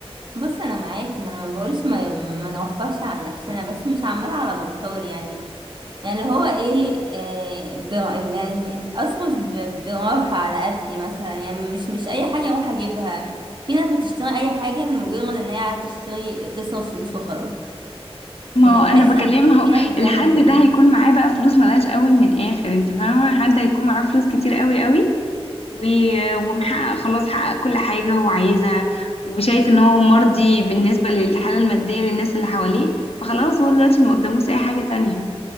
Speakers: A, on the right; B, on the left.
A: بص انا معاكي ما انا ما بقولش ما, ما نوفرش عن نفسنا بس مش عمال على بطال يعني يعني اللي هو ايه آه بر... يعني اصرف ب... براحة على قدي مثلا يعني مش مش اي حاجة اروح اجيبها في ناس بتشتري اي حاجة لمجرد ان هي عايزة تشتري تصرف فلوس وخلاص
B: ما
A: يعني
B: هو
A: بحس
B: انا بكلم
A: ان
B: هو
A: في ناس بتعمل
B: الحد
A: كده
B: ده هيكون معاه بقى فلوس ملهاش اول من اخر انت فاهمه حد هيكون معاه فلوس كتير قوي قوي و... ومحقق خلاص حقق كل حاجه هو عايزها وشايف ان هو مرضي بالنسبه للحاله الماديه للناس اللي حواليه فخلاص هو دلوقتي ما قداموش اي حاجه تانية